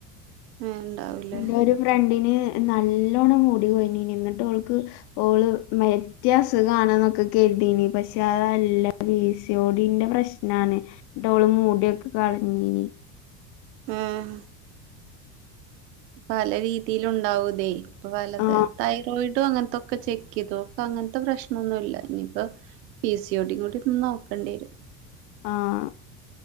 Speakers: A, on the right; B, on the left.
A: ആഹ് ഉണ്ടാവൂല്ലെ.
B: എന്റെ ഒരു ഫ്രണ്ടിന് നല്ലോണം മൂടി കോഴിഞ്ഞീനി നിന്നിട്ട് ഓൾക് ഓള് മറ്റേ അസുഖാണ് എന്നൊക്കെ കരുതീനി. പക്ഷെ അതല്ല പീ സിയോടിന്റെ പ്രശ് ഞാന് ന്നിട്ട് ഓള് മുടിയൊക്കെ കൾഞ്ഞീനി.
A: ഉം പല രീതിയിൽ ഉണ്ടാവുതേ ഇപ്പൊ പലത
B: ആ
A: ത പോയിട്ട് അങ്ങൻത്തക്കെ ചെക്ക് ചെയ്തോ? അപ്പൊ അങ്ങൻത്തെ പ്രശ്നം ഒന്നുല്ല ഇനിയിപ്പോ. പീ സിയോടിം കൂടി ഒന്ന് നോക്കേണ്ടിരും.
B: ആഹ്